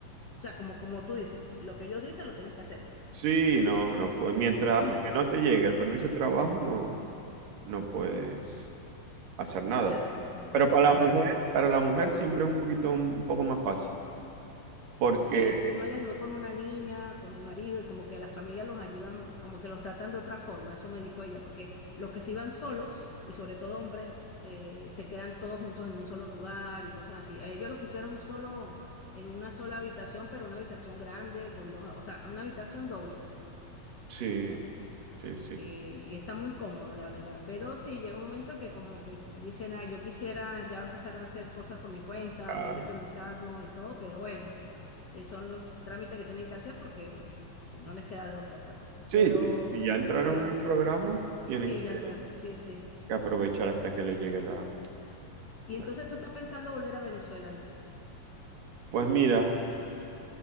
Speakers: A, on the left (about 50°); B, on the right (about 75°).
A: o sea, como, como tú dices, lo que ellos dicen lo tienes que hacer.
B: Sí, no, no puedes. Mientras
A: <clears throat>
B: hasta que no te llegue el permiso de trabajo, no, no puedes hacer nada.
A: Claro, no puedes
B: Pero
A: hacer
B: para la
A: nada.
B: mujer, para la mujer siempre es un poquito, un poco más fácil. Porque
A: Sí, encima ella se fue con una niña, con el marido, y como que la familia los ayudan, como que los tratan de otra forma, eso me dijo ella, porque los que se iban solos, y sobre todo hombres, eh, se quedan todos juntos en un solo lugar y cosas así. A Ellos lo pusieron un solo, en una sola habitación, pero una habitación grande, con dos, o sea, una habitación doble
B: sí, sí, sí.
A: eh, y está muy cómodo, la verdad. Pero sí, llega un momento que como que dicen, ah, yo quisiera ya empezar a hacer cosas por mi cuenta,
B: Ah,
A: ya independizarnos y todo, pero bueno, eh, son los trámites que tienen que hacer porque, bueno, eh, no les queda de otra, pues.
B: sí,
A: Pero,
B: sí. Si ya entraron
A: pero
B: en
A: está
B: el programa,
A: bien.
B: tienen
A: Sí, ya
B: que
A: entrar, sí, sí.
B: que aprovechar hasta que les llegue la,
A: Y entonces
B: la-
A: tú estás pensando volver a Venezuela. ¿no?
B: Pues mira,